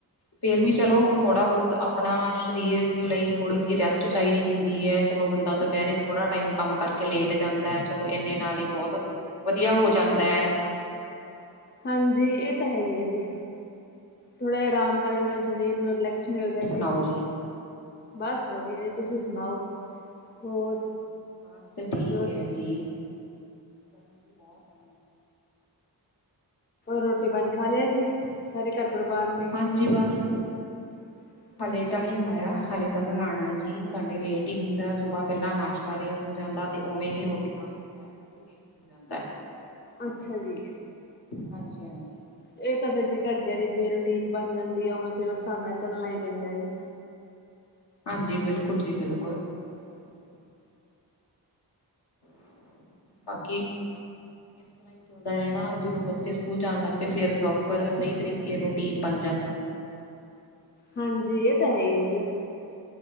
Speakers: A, on the left (about 70°); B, on the left (about 25°).
A: ਫਿਰ ਵੀ ਚਲੋ ਥੋੜ੍ਹਾ ਬਹੁਤ ਆਪਣਾ ਸਰੀਰ ਲਈ ਥੋੜ੍ਹੀ ਜੀ ਰੈਸਟ ਚਾਈਦੀ ਹੁੰਦੀ ਐ। ਚਲੋ ਬੰਦਾ ਦੁਪਹਿਰੇ ਥੋੜਾ ਟਾਈਮ ਕੰਮ ਕਰਕੇ ਲੇਟ ਜਾਂਦਾ ਐ ਚਲੋ ਇੰਨੇ ਨਾਲ ਈ ਬੋਤ ਵਧੀਆ ਹੋ ਜਾਂਦਾ ਹੈ।
B: ਹਾਂਜੀ। ਇਹ ਤਾਂ ਹੈਈ ਆ ਜੀ ਥੋੜੇ ਆਰਾਮ ਕਰਨ ਨਾਲ ਸਰੀਰ ਨੂੰ ਰਿਲੈਕਸ ਮਿਲਦਾ
A: ਹੋਰ ਸੁਣਾਓ
B: ਜੀ। ਬਸ ਵਧੀਆ ਜੀ, ਤੁਸੀਂ ਸੁਣਾਓ ਹੋਰ?
A: ਹਾਂਜੀ ਬਸ ਠੀਕ
B: ਰੋ
A: ਹੈ ਜੀ। ਗਰਮੀ ਵੀ ਬਹੁਤ ਆ
B: ਰੋਟੀ ਪਾਣੀ ਖਾ ਲਿਆ ਜੀ ਸਾਰੇ ਘਰ ਪਰਿਵਾਰ ਨੇ।
A: ਹਾਂਜੀ। ਬਸ
B: ਹ
A: ਹਲੇ ਤਾਂ ਨਹੀਂ ਖਾਇਆ ਹਲੇ ਤਾਂ ਬਣਾਉਣਾ ਹੈ ਜੀ। ਸਾਡੇ ਲੇਟ ਹੀ ਹੁੰਦਾ ਸੁਬਾਹ ਪਹਿਲਾਂ ਨਾਸ਼ਤਾ। ਲੇਟ ਹੋ ਜਾਂਦਾ ਤੇ ਉਵੇਂ ਹੀ ਰੋਟੀ- ਪਾਣੀ ਦੁਪਹਿਰ ਦਾ ਵੀ ਲੇਟ ਹੋ ਜਾਂਦਾ।
B: ਅੱਛਾ ਜੀ।
A: ਹਾਂਜੀ- ਹਾਂਜੀ।
B: ਇਹ ਤਾਂ ਫੇਰ ਜੀ ਘਰਦਿਆਂ ਦੀ ਜਿਵੇਂ ਰੂਟੀਨ ਬਣ ਜਾਂਦੀ ਆ ਉਵੇ ਫੇਰ ਉਸ ਹਿਸਾਬ ਨਾਲ ਚੱਲਣਾ ਹੀ ਪੈਂਦਾ ਜੀ।
A: ਹਾਂਜੀ, ਬਿਲਕੁਲ ਜੀ, ਬਿਲਕੁਲ। ਉਹ ਤਾਂ ਹੈਗਾ ਹੀ ਹੈ। ਬਾਕੀ ਰਹਿਣਾ। ਜਦੋਂ ਬੱਚੇ ਸਕੂਲ ਜਾਣ ਲੱਗ ਪਏ ਫਿਰ ਪ੍ਰੋਪਰ ਸਹੀ ਤਰੀਕੇ ਰੂਟੀਨ ਬਣ ਜਾਂਦਾ।
B: ਹਾਂਜੀ। ਇਹ ਤਾਂ ਹੈ ਹੀ ਹੈ ਜੀ।